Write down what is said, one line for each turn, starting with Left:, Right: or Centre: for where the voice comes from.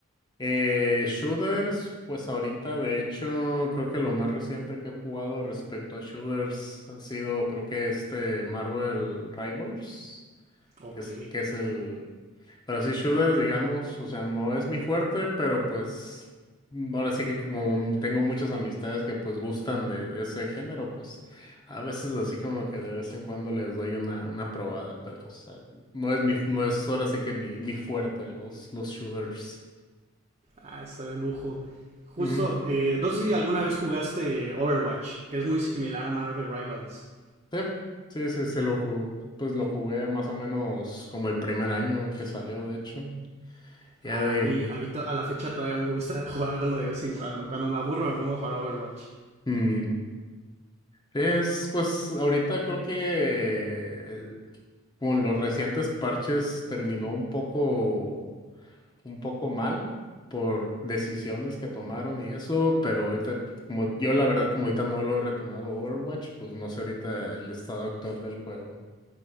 Left: Eh, shooters, pues ahorita, de hecho, creo que lo más reciente que he jugado respecto a shooters han sido, creo que este Marvel Rivals.
Right: Ok.
Left: que es, que es el... Pero sí, shooters, digamos, o sea, no es mi fuerte, pero pues mm, ahora sí que como tengo muchas amistades que pues gustan de, de ese género, pues a veces así como que de vez en cuando les doy una, una probada, pero o sea, no es mi, no es ahora sí que mi, mi fuerte, los, los shooters.
Right: Ah, está de lujo. Justo,
Left: Ujú.
Right: eh, no sé si alguna vez jugaste Overwatch, que es muy similar a Marvel Rivals.
Left: Sí, sí, sí, sí, lo ju- pues lo jugué más o menos como el primer año que salió, de hecho. Ya
Right: A
Left: de
Right: mí, a mí to- a la fecha todavía me gusta <laughs> jugarlo de vez en cuando. Cuando me aburro me pongo a jugar Overwatch.
Left: ahí. Es, pues, ahorita creo que eh, con los recientes parches terminó un poco, un poco mal por decisiones que tomaron y eso, pero ahorita, como yo la verdad, como ahorita no lo he retomado Overwatch, pues no sé ahorita el estado actual del juego.